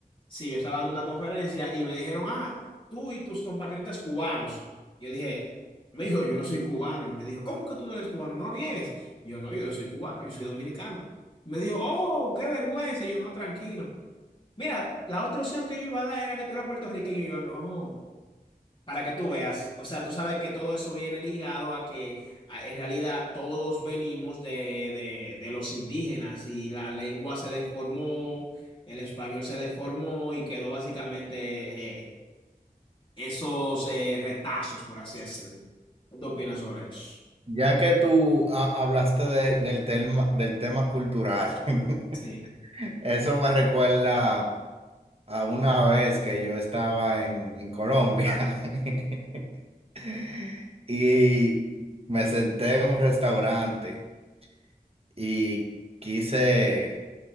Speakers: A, on the left; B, on the right.
A: Sí, yo estaba dando una conferencia y me dijeron, ah, tú y tus compatriotas cubanos. Yo dije, amigo, yo no soy cubano. Y me dijo, ¿cómo que tú no eres cubano? No niegues. yo no, yo no soy cubano, yo soy dominicano. me dijo, oh, qué vergüenza. Y yo no, tranquilo. Mira, la otra opción que yo iba a dar era que tú eras puertorriqueño. Y yo no. Para que tú veas, o sea, tú sabes que todo eso viene ligado a que a- en realidad todos venimos de, de- de los indígenas y la lengua se deformó, el español se deformó y quedó básicamente eh, esos eh, retazos, por así decirlo. ¿Qué tú opinas sobre eso?
B: Ya que tú ha- hablaste de- del tema, del tema cultural, <laughs>
A: Sí.
B: eso me recuerda. a una vez que yo estaba en, en Colombia <laughs> y me senté en un restaurante y quise